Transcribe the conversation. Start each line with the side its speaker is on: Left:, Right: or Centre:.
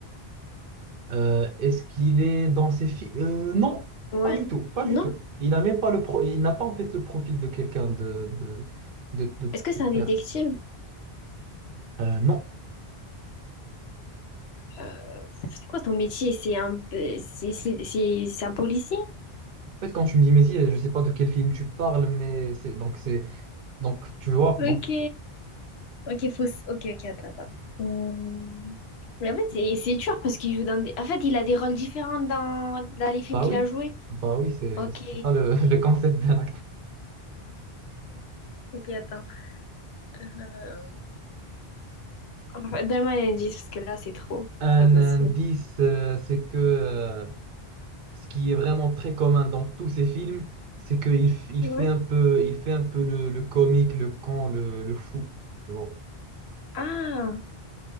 Right: Euh, est-ce qu'il est dans ses films? non,
Left: Ouais.
Right: pas du tout, pas du
Left: Non?
Right: tout. Il n'a même pas le pro- il n'a pas en fait le profil de quelqu'un de, de, de, de-
Left: Est-ce que c'est
Right: de
Left: un
Right: père.
Left: détective?
Right: Euh, non.
Left: Euh, c'est quoi ton métier? C'est un, euh, c'est, c'est, c'est- c'est un policier?
Right: En fait, quand tu me dis Messi, je sais pas de quel film tu parles, mais c'est donc c'est donc tu vois
Left: Ok.
Right: donc
Left: Ok, faut... s- Ok, ok, attends, attends. Hmm. Mais en fait, c'est c'est dur parce qu'il joue dans des... En fait, il a des rôles différents dans, dans les films
Right: bah
Left: qu'il
Right: oui,
Left: a joués.
Right: bah oui, c'est
Left: Ok.
Right: c'est ça le, <laughs> le concept d'un acte.
Left: Ok, attends. Euh, Enfin, Donne-moi un indice parce que là, c'est trop.
Right: Un
Left: C'est pas possible.
Right: indice, euh, c'est que euh, ce qui est vraiment très commun dans tous ces films, c'est qu'il f- il
Left: Ouais.
Right: fait un peu il fait un peu le, le comique, le con, le, le fou, tu vois.
Left: Ah,